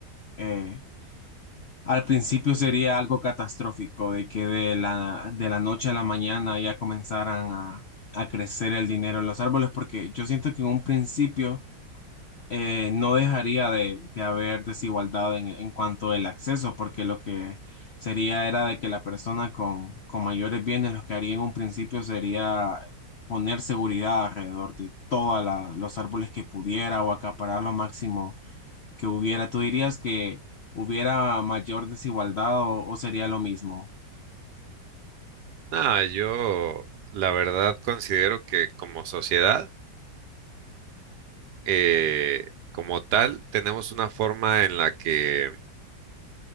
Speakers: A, on the left (about 60°); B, on the right (about 70°).
A: eh, Al principio sería algo catastrófico, de que de la, de la noche a la mañana ya comenzaran a, a crecer el dinero en los árboles, porque yo siento que en un principio eh, no dejaría de, de haber desigualdad en, en cuanto al acceso, porque lo que sería era de que la persona con, con mayores bienes, lo que haría en un principio sería poner seguridad alrededor de todos los árboles que pudiera o acaparar lo máximo que hubiera? ¿Tú dirías que hubiera mayor desigualdad o, o sería lo mismo?
B: Nada, yo la verdad considero que como sociedad, eh, como tal, tenemos una forma en la que